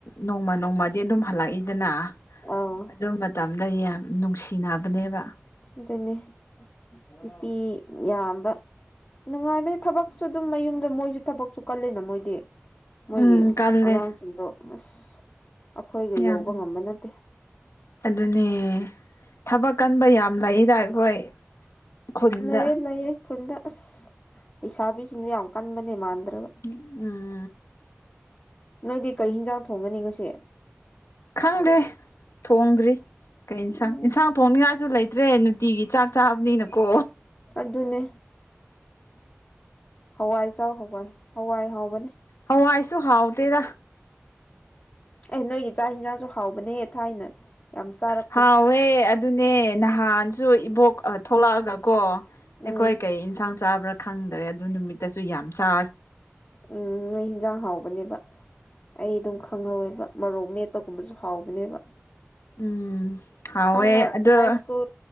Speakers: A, on the left; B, on the left.
A: ꯅꯣꯡꯃ ꯅꯣꯡꯃꯗꯤ ꯑꯗꯨꯝ ꯍꯜꯂꯛꯏꯗꯅ
B: ꯑꯧ
A: ꯑꯗꯨ ꯃꯇꯝꯗ ꯌꯥꯝ ꯅꯨꯡꯁꯤꯅꯕꯅꯦꯕ
B: ꯑꯗꯨꯅꯦ ꯅꯨꯄꯤ ꯌꯥꯝꯕ ꯅꯨꯡꯉꯥꯏꯕꯅꯦ ꯊꯕꯛꯁꯨ ꯑꯗꯨꯝ ꯃꯌꯨꯝꯗ ꯃꯣꯏꯖꯨ ꯊꯕꯛꯁꯨ ꯀꯜꯂꯦꯅ ꯃꯣꯏꯗꯤ ꯃꯣꯏꯒꯤ
A: ꯎꯝ ꯀꯜꯂꯦ
B: ꯑꯉꯥꯡꯁꯤꯡꯗꯣ ꯑꯁ ꯑꯩꯈꯣꯏꯒ
A: ꯌꯥꯝ
B: ꯌꯧꯕ ꯉꯝꯕ ꯅꯠꯇꯦ
A: ꯑꯗꯨꯅꯦ ꯊꯕꯛ ꯀꯟꯕ ꯌꯥꯝ ꯂꯩꯗ ꯑꯩꯈꯣꯏ ꯈꯨꯟꯗ
B: ꯂꯩꯌꯦ ꯂꯩꯌꯦ ꯈꯨꯟꯗ ꯑꯁ ꯂꯩꯁꯥꯕꯤꯁꯤꯡꯁꯨ ꯌꯥꯝ ꯀꯟꯕꯅꯦ ꯃꯥꯟꯗ꯭ꯔꯒ
A: ꯎꯝ
B: ꯅꯣꯏꯗꯤ ꯀꯔꯤ ꯍꯤꯟꯖꯥꯡ ꯊꯣꯡꯒꯅꯤ ꯉꯁꯤ
A: ꯈꯪꯗꯦ ꯊꯣꯡꯗ꯭ꯔꯤ ꯀꯩ ꯏꯟꯁꯥꯡ
B: ꯎꯝ
A: ꯏꯟꯁꯥꯡ ꯊꯣꯡꯅꯤꯡꯉꯥꯏꯁꯨ ꯂꯩꯇ꯭ꯔꯦ ꯅꯨꯡꯇꯤꯒꯤ ꯆꯥꯛ ꯆꯥꯕꯅꯤꯅꯀꯣ
B: ꯑꯗꯨꯅꯦ ꯍꯋꯥꯏ ꯆꯥꯎ ꯍꯋꯥꯏ ꯍꯋꯥꯏ ꯍꯥꯎꯕꯅꯦ
A: ꯍꯋꯥꯥꯏꯁꯨ ꯍꯥꯎꯇꯦꯗ
B: ꯑꯦ ꯅꯣꯏꯒꯤ ꯆꯥꯥꯛ ꯍꯤꯟꯖꯥꯡꯁꯨ ꯍꯥꯎꯕꯅꯦ ꯊꯥꯏꯅ ꯌꯥꯝ ꯆꯥꯔꯛ
A: ꯍꯥꯎꯋꯦ ꯑꯗꯨꯅꯦ ꯅꯍꯥꯟꯁꯨ ꯏꯕꯣꯛ ꯑ ꯊꯣꯛꯂꯛꯑꯒ ꯀꯣ
B: ꯎꯝ
A: ꯑꯩꯈꯣꯏ ꯀꯩ ꯏꯟꯁꯥꯡ ꯆꯥꯕ꯭ꯔꯥ ꯈꯪꯗ꯭ꯔꯦ ꯑꯗꯨ ꯅꯨꯃꯤꯠꯇꯁꯨ ꯌꯥꯝ ꯆꯥ
B: ꯎꯝ ꯅꯣꯏ ꯍꯤꯟꯖꯥꯡ ꯍꯥꯎꯕꯅꯦꯕ ꯑꯩ ꯑꯗꯨꯝ ꯈꯪꯍꯧꯋꯦꯕ ꯃꯔꯣꯛ ꯃꯦꯠꯄꯒꯨꯝꯕꯁꯨ ꯍꯥꯎꯕꯅꯦꯕ
A: ꯎꯝ ꯍꯥꯎꯋꯦ
B: ꯍꯥꯟꯅ
A: ꯑꯗꯣ
B: ꯍꯥꯏ ꯁ꯭ꯀꯨꯜ